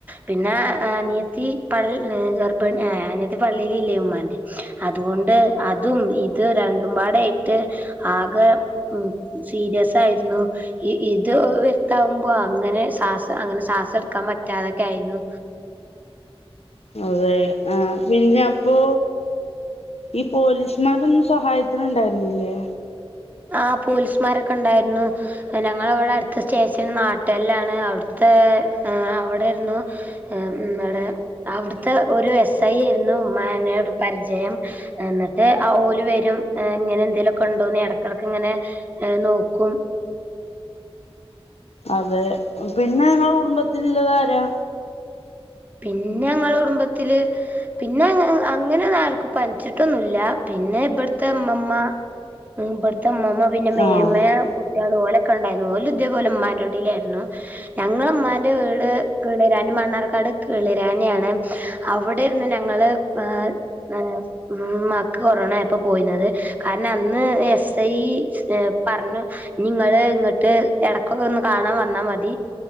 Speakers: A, on the right (about 15°); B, on the left (about 85°).
A: പിന്നെ അനിയത്തി പള്ള ഗർഭിണി അനിയത്തി പള്ളയില് ഇല്ലേ ഉമ്മാറെ അതുകൊണ്ട് അതും ഇത് രണ്ടുംപാടായിട്ട് ആകെ ഉം സീരിയസ് ആയിരുന്നു ഇത് വരുത്താവുമ്പോ അങ്ങനെ ശ്വാസ അങ്ങനെ ശ്വാസം എടുക്കാൻ പറ്റാതൊക്കെ ആയിരുന്നു.
B: അതേ ആ പിന്നെ അപ്പോ ഈ പോലീസ്മാരൊന്നും സഹായത്തിന് ഉണ്ടായിരുന്നില്ലേ?
A: ആ പോലീസ്മാരൊക്കെ ഉണ്ടായിരുന്നു ഞങ്ങള ഇവിടെ അടുത്ത സ്റ്റേഷൻ നാട്ടുകല്ലാണ്, അവിടുത്തെ അവിടാരുന്നു വിടെ അവിടുത്തെ ഒരു എസ് ഐ ആയിരുന്നു ഉമ്മാനെ ഒരു പരിചയം എന്നിട്ട് ആ ഓല് വരും ഇങ്ങനെ എന്തെങ്കലുമൊക്കെ ഉണ്ടോന്ന് ഇട ക്കെടക്ക് ഇങ്ങനെ നോക്കും.
B: അതെ പിന്നെ നിങ്ങളെ കുടുംബത്തിലുള്ളത് ആരാ?
A: പിന്നെ ഞങ്ങളുടെ കുടുംബത്തില് പിന്നെ അങ്ങനെന്നും ആർക്ക് പനിച്ചിട്ടൊന്നുമല്ല പിന്നെ ഇവിടത്തെ അമ്മമ്മ ഇവിടത്തെ അമ്മമ്മ പിന്നെ മേമ്മ
B: ആഹ്
A: കുട്ടികള് ഓലൊക്കെ ഉണ്ടായിരുന്നു ഓലൊക്കെ ഇതേപോലെ ഉമ്മാന്റെ കുടിയിലായിരുന്നു ഞങ്ങളെ ഉമ്മാന്റെ വീട് വീടെ രണ്ട് മണ്ണാർക്കാട് കളിരാനെയാണ് അവിടേരുന്നു ഞങ്ങള് ഏഹ് ഏഹ് ഉമ്മാക്ക് കൊറോണ ആയപ്പോ പോയിന്നത് കാരണം അന്ന് എസ് ഐ പറഞ്ഞു നിങ്ങള് ഇങ്ങോട്ട് ഇടക്കൊക്കെ ഒന്ന് കാണാൻ വന്നാ മതി